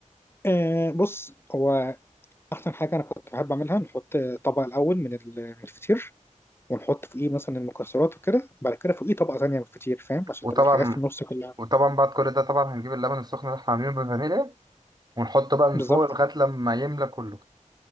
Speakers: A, on the left; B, on the right.
A: آه بص هو احسن حاجه انا كنت بحب اعملها نحط طبق الاول من ال- من الفطير ونحط فوقيه مثلا المكسرات وكده بعد كده فوقيه طبقه ثانيه من الفطير فاهم عشان
B: وطبعا
A: تبقى الحاجات في النص كلها
B: وطبعا بعد كل ده طبعا هنجيب اللبن السخن اللي احنا عاملينه بالفانيليا ونحطه بقى من
A: بالظبط
B: فوق لغاية لما يملى كله